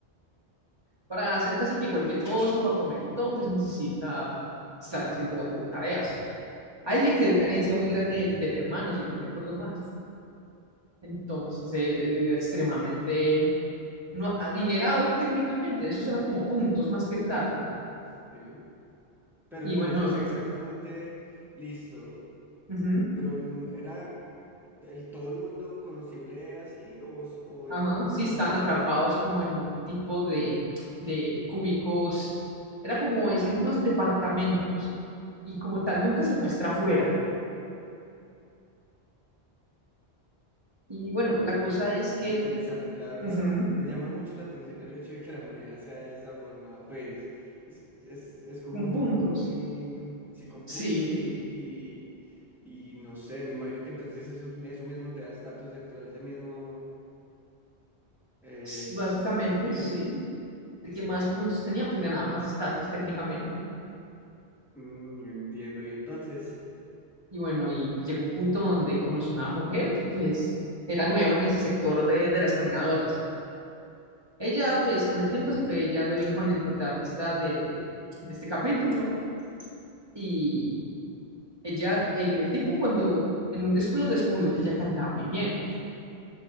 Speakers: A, on the right; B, in the centre.
A: para hacer casi que cualquier cosa, para comer y todo, pues necesita estar haciendo tareas. A él le quedó una herencia muy grande del hermano, si no recuerdo mal. Entonces, él, él era extremadamente no, adinerado técnicamente, esos eran como puntos más que plata.
B: sí. Pero
A: Y
B: entonces
A: bueno,
B: exactamente, listo.
A: ujú.
B: Pero mm, era, el, todo el mundo conocible era así o, s- o era,
A: Ajá,
B: o estamos
A: sí están
B: hablando...
A: atrapados como en un tipo de, de cúbicos, era como decir unos departamentos, y como tal nunca se muestra afuera. Y bueno, la
B: Vea,
A: cosa es
B: pues
A: que
B: qué interesante, la verdad.
A: ujú,
B: Me llama mucho la atención el hecho de que la moneda sea de esa forma. Pues es, es, es como
A: con
B: un mundo
A: puntos,
B: muy, sí, con puntos
A: sí,
B: y, y, y no sé, me imagino que entonces eso, eso mismo te da estatus dentro de ese mismo... eh,
A: s-
B: sí,
A: básicamente, sí. El que más puntos tenía, pues ganaba más estatus técnicamente.
B: mm, entiendo. Y entonces,
A: Y bueno, y pues llegó un punto donde conoció a una mujer que pues era nueva en ese sector de, de las caminadoras. Ella, pues, con el tiempo se fue llevando bien con el protagonista de, de- de este capítulo. Y ella, el, el tipo cuando en un descuido descubrió que ella cantaba muy bien.